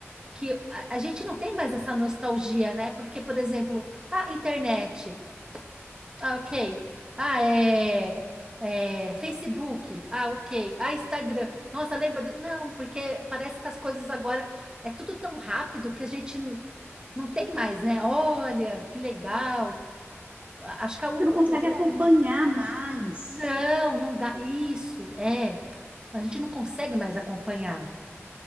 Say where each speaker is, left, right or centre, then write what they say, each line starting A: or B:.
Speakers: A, on the right (about 20°); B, on the right (about 35°).
A: que a, a gente não tem mais essa nostalgia, né? Porque, por exemplo, a internet, ah, ok. Ah, é, é, Facebook, ah, ok. Ah, Instagram. Nossa, lembra? de- Não, porque parece que as coisas agora é tudo tão rápido que a gente n- não tem mais, né? Olha, que legal. A- Acho que a u-
B: Você não
A: o,
B: consegue acompanhar mais.
A: Não, não dá. Isso, é. A gente não consegue mais acompanhar.